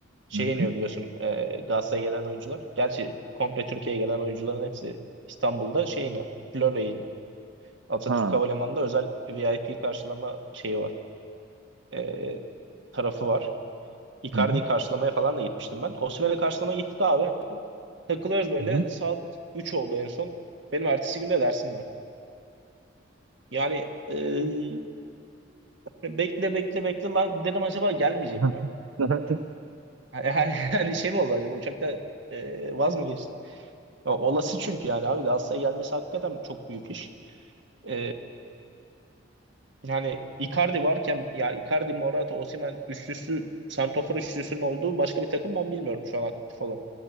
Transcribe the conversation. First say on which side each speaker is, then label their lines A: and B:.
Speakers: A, on the right; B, on the right.
A: Şey
B: hı hı.
A: iniyor biliyorsun e, Galatasaray'a gelen oyuncular. Gerçi komple Türkiye'ye gelen oyuncuların hepsi İstanbul'da şey iner. Florya'ya iner. Atatürk
B: ha
A: Havalimanı'nda özel VIP karşılama şeyi var. E, tarafı var. Icardi'yi
B: hı hı.
A: karşılamaya falan da gitmiştim ben. Osimhen'i karşılamaya gittik abi. Takılıyoruz böyle.
B: Hı hı.
A: Saat 3 oldu en son. Benim ertesi günde dersim var. Yani e, hani bekle bekle bekle lan dedim acaba gelmeyecek
B: Hı
A: mi?
B: <laughs>
A: Yani, <laughs> yani şey mi oldu acaba uçakta e, vaz mı geçti? Ya, olası çünkü yani abi Galatasaray'a gelmesi hakikaten çok büyük iş. E, yani Icardi varken ya Icardi, Morata, Osimhen üçlüsü santrafor üçlüsünün olduğu başka bir takım ben bilmiyorum şu an aktif olarak.